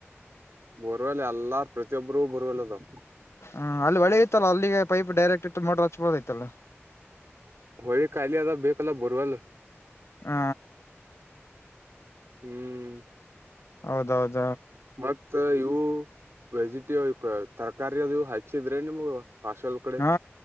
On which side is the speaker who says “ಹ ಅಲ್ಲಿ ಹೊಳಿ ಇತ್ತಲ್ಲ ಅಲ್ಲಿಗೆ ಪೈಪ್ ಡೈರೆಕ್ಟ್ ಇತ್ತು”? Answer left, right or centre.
Left